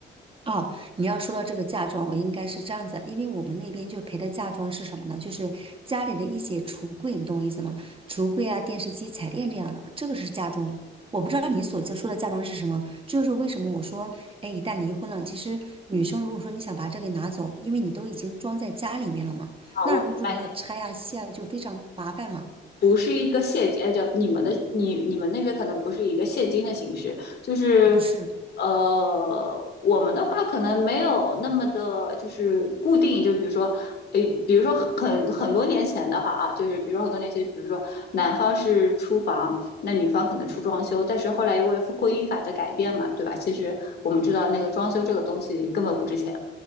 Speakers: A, on the right; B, on the left.
A: 哦，你要说到这个嫁妆，我应该是这样子，因为我们那边就陪的嫁妆是什么呢？就是家里的一些橱柜，你懂我意思吗？橱柜啊、电视机、彩电这样的，这个是嫁妆。我不知道你所在说的嫁妆是什么，这就是为什么我说，哎，一旦离婚了，其实女生如果说你想把这个拿走，因为你都已经装在家里面了嘛，
B: 啊，
A: 那如果说你要拆啊、
B: 我明白
A: 卸啊，就非常麻烦嘛。
B: 不是一个现金，哎，就你们的你你们那边可能不是一个现金的形式，就是
A: 呃，不是，
B: 呃，我们的话可能没有那么的，就是固定，就比如说。诶，比如说很很多年前的话啊，就是比如说很多年前，比如说男方是出房，那女方可能出装修，但是后来因为婚姻法的改变嘛，对吧？其实我们知道那个装修这个东西根本不值钱，